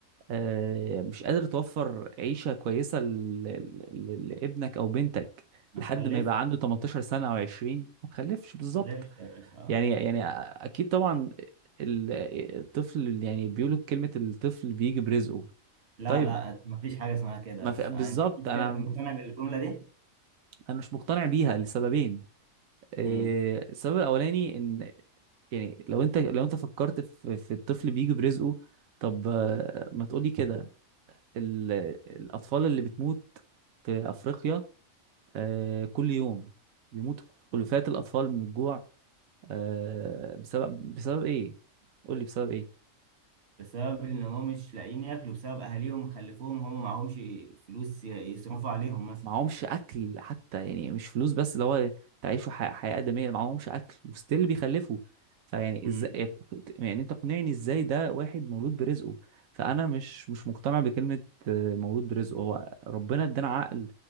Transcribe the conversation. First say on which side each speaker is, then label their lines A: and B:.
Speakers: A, on the right; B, on the right.
A: آه، مش قادر توفر عيشة كويسة ل- ل- ل- لابنك أو بنتك
B: ما
A: لحد
B: تخلفش
A: ما يبقى عنده 18 سنة أو 20 ما تخلفش بالظبط
B: ما تخلفش يا باشا
A: يعني يعني اكيد طبعا ال- الطفل يعني بيقولوا كلمة الطفل بيجي برزقه
B: لا
A: طيب
B: لا ما فيش حاجة اسمها كده
A: ما في
B: بس
A: بالظبط
B: أنت أنت
A: انا
B: مقتنع بالجملة دي؟
A: انا مش مقتنع بيها لسببين إيه،
B: مم.
A: السبب الاولاني ان يعني لو انت لو انت فكرت في, في الطفل بيجي برزقه طب آه، ما تقولي كده ال- الاطفال اللي بتموت في افريقيا آه، كل يوم بيموت ألوفات الأطفال من الجوع آه، بسبب بسبب إيه؟ قول لي بسبب إيه؟
B: بسبب ان هم مش لاقيين ياكلوا بسبب اهاليهم خلفوهم هم معهمش فلوس ي- يصرفوا عليهم مثلا
A: معهمش اكل حتى يعني مش فلوس بس اللي هو تعيشوا حياة, حياة آدمية معهمش اكل وستيل بيخلفوا فيعني
B: امم
A: ازاي يعني انت اقنعني ازاي ده واحد مولود برزقه فانا مش مش مقتنع بكلمة آه، مولود برزقه هو ربنا ادانا عقل